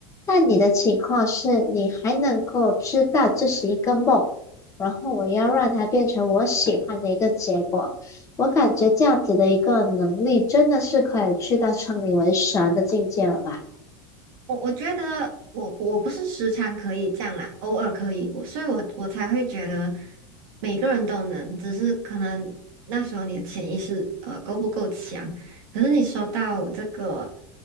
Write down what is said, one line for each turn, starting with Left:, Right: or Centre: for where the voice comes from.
Left: 但你的情况是，你还能够知道这是一个梦，然后我要让它变成我喜欢的一个结果。我感觉这样子的一个能力，真的是可以去到称你为神的境界了吧？
Right: 我我觉得我我不是时常可以这样啦，偶尔可以，我所以我我才会觉得每个人都能，只是可能那时候你的潜意识呃够不够强。可是你说到这个，